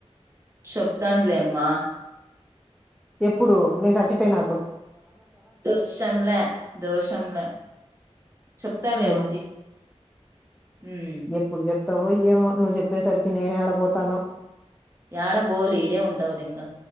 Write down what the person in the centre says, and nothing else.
ఎప్పుడు నేను సచ్చిపోయినా
ఆ
ఎప్పుడు చేప్తావో ఎమో నువ్యు చేప్ చెప్పేసరికి నేనే ఆడబోతాను